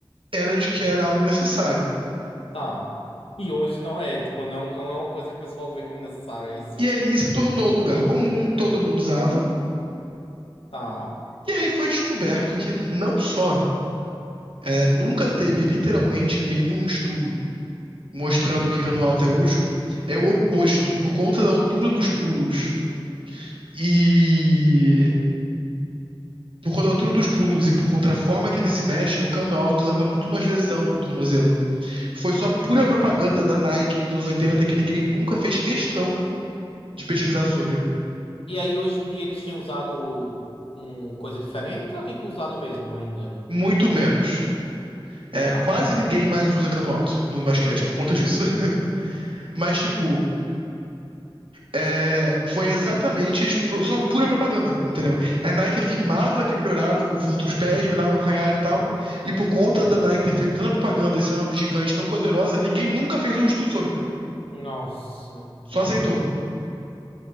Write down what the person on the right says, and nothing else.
era de que era algo necessário.
E aí se tornou lugar comum, todo mundo usava.
E aí foi descoberto que não só é, nunca teve literalmente nenhum estudo mostrando que cano alto é útil, é o oposto, por conta da altura dos pulos. E por conta da altura dos pulos e por conta da forma que ele se mexe, o cano alto leva muito mais lesão no tornozelo. Foi só pura propaganda da Nike nos anos 80 que ninguém nunca fez questão de pesquisar sobre.
Muito menos. É,
quase ninguém mais usa cano alto no basquete por conta disso. <laughs> Mas, tipo, é, foi exatamente só pura propaganda, entendeu? A Nike
afirmava que melhorava o conforto dos pés, melhorava o canhar e tal. E por conta da Nike ter feito tanta propaganda e ser uma gigante tão poderosa, ninguém nunca fez um estudo sobre.
Só aceitou.